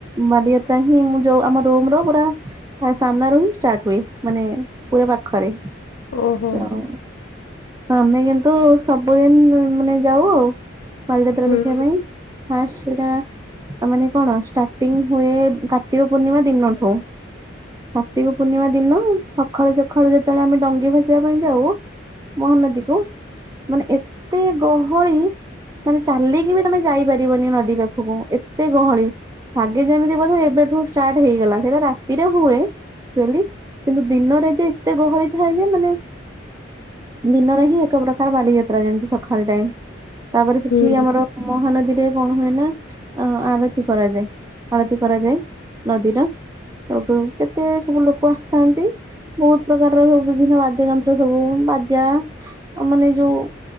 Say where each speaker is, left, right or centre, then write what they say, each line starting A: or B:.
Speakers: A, on the right; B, on the left.
A: ବାଲିଯାତ୍ରା ହିଁ ମୁଁ ଯୋଉ ଆମ ରୁମ ରୁ ପୁରା ସାମ୍ନାରୁ ହିଁ ଷ୍ଟାର୍ଟ ହୁଏ, ମାନେ ପୁରା ପାଖରେ।
B: ଓହୋ।
A: ହଉ, ଆମେ କିନ୍ତୁ ସବୁଦିନ ମାନେ ଯାଉ ଆଉ ବାଲିଯାତ୍ରା
B: ହୁଁ
A: ଦେଖିବା ପାଇଁ, ଫାଷ୍ଟ ଟା ମାନେ କଣ ଷ୍ଟାର୍ଟିଂ ହୁଏ କା ତିକ ପୂର୍ଣିମା ଦିନଠୁ। କାର୍ତ୍ତିକ ପୂର୍ଣ୍ଣିମା ଦିନ, ସକାଳୁ ସକାଳୁ ଯେତେବେଳେ ଆମେ ଡଙ୍ଗେ ଭସ <unintelligible> ପାଇଁ ଯାଉ ମହାନଦୀ କୁ ମାନେ ଏତେ ଗହଳି, ମାନେ ଚାଲିକି ବି ତମେ ଯାଇପାରିବନି ନଦୀ ପାଖକୁ। ଏତେ ଗହଳି, ଲାଗେ ଯେମିତି ବୋଧେ ଏବେଠୁ ଷ୍ଟାର୍ଟ ହେଇଗଲା, ସେଇଟା ରାତିରେ ହୁଏ। ଡେଲି କିନ୍ତୁ ଦିନରେ ଯେ ଏତେ ଗହଳି ଥାଏ ଯେ ମାନେ ଦିନରେ ହିଁ ଏକ ପ୍ରକାର ବାଲିଯାତ୍ରା ଯେମିତି ସଖାଳ ଟାଇମ୍ ତାପରେ ସେଠି
B: ହୁଁ
A: ଆମର ମହାନଦୀରେ କଣ ହୁଏ ନା ଅ ଆରତି କରାଯାଏ ଆଳତି କରାଯାଏ ନଦୀର ସେଉଠୁ କେତେ ସବୁ ଲୋକ ଆସିଥାନ୍ତି। ବହୁତ ପ୍ରକାରର ସବୁ ବିଭିନ୍ନ ବାଦ୍ୟ ଯନ୍ତ୍ର ସବୁ ବାଜା ଆଉ ମାନେ ଯୋଉ